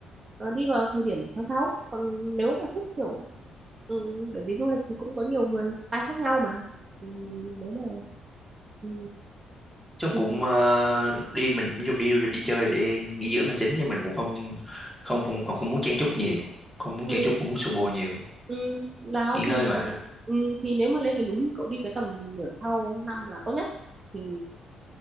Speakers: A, on the right; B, in the centre.
A: ờ, đi vào thời điểm tháng 6. còn nếu mà thích kiểu ừ, bởi vì du lịch thì cũng có nhiều người style khác nhau mà ừ, nếu mà ừ,
B: chung
A: ừ,
B: cũng ờ, đi mình ví dụ đi du lịch đi chơi để nghỉ dưỡng là chính nhưng mình cũng không không không không, không muốn chen chúc nhiều không muốn
A: ừ,
B: chen chúc không muốn xô bồ nhiều
A: ừ, đó
B: nghỉ ngơi
A: thì
B: mà
A: ừ, thì nếu mà lên miền núi thì cậu đi cái tầm nửa sau năm là tốt nhất thì